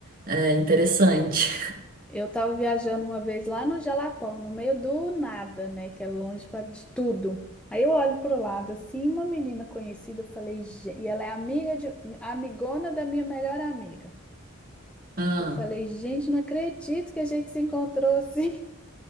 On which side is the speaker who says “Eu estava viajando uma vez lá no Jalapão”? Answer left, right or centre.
Centre